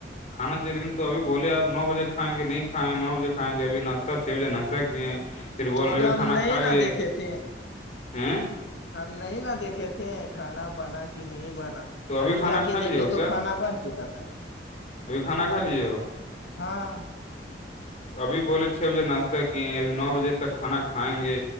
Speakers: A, on the left (about 45°); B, on the left (about 80°).
A: کھا چاہیے لیکن تو ابھی بولے آپ نو بجے کھائیں گے نہیں کھائےیں نو بجےھائیں گے ابھی ناشہ چھ بجے ناشہ کیے پھر
B: تو
A: بول رہے
B: ابھی ہم
A: کھانا
B: نہیں
A: کھا
B: نہا
A: لیے
B: دیکھے تھے
A: ہیں
B: ہم نہیں نہا دیکھے تھے کھانا بنا کہ نہیں بنا
A: تو
B: ابھی
A: کھانا
B: جا کے
A: کھا لیے
B: دیکھے
A: ہو
B: تو
A: کیا
B: کھانا بن چکا تھا
A: ابھی کھانا کھا لیے ہو
B: ہاں
A: تو ابھی بولے چھ بجے ناشہ ت کہ ابھی نو بجے تک کھانا کھائیں گے